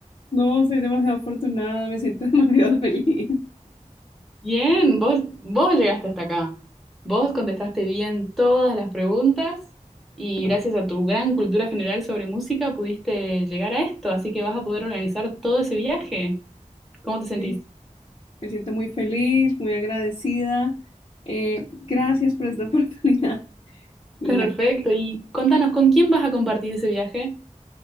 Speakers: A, on the left (about 55°); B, in the centre.
A: No, soy demasiado afortunada, me siento <laughs> demasiado feliz.
B: Bien, vos, vos llegaste hasta acá. Vos contestaste bien todas las preguntas y gracias a tu gran cultura general sobre música pudiste llegar a esto, así que vas a poder organizar todo ese viaje. ¿Cómo te sentís?
A: Sí, me siento muy feliz, muy agradecida. Eh, gracias por esta <laughs> oportunidad. Y
B: Perfecto.
A: nada,
B: Y contanos, ¿con quién vas a compartir ese viaje?